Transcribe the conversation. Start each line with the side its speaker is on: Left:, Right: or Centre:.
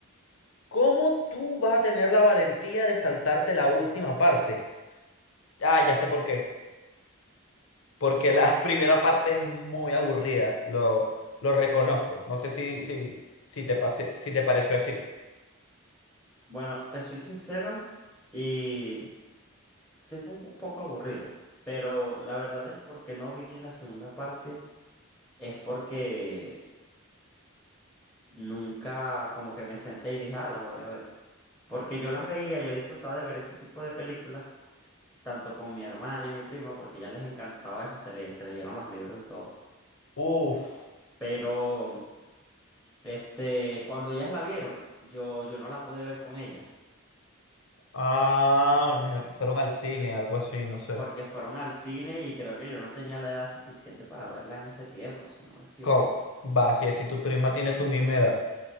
Left: cómo tú vas a tener la valentía de saltarte la última parte? Ah, ya sé por qué. porque la <laughs> primera parte es muy aburrida, lo, lo reconozco. No sé si, si, si te pase, si te pareció así.
Centre: Bueno, te soy sincero y sí fue un po- poco aburrida, pero la verdad del por qué no vi la segunda parte es porque nunca como que me senté y dije, ah, la voy a ver. Porque yo las veía, yo disfrutaba de ver ese tipo de películas tanto con mi hermana y mi prima, porque ya les encantaba eso, se le, se leyeron los libros y todo.
Left: Uf,
Centre: Pero, este, cuando ellas la vieron, yo, yo no la pude ver con ellas,
Left: ah, me imagino que fueron al cine, algo así, no sé.
Centre: porque fueron al cine y creo que yo no tenía la edad suficiente para verla en ese tiempo, si no me equivoco.
Left: ¿Cómo? Va, si es si tu prima tiene tu misma edad.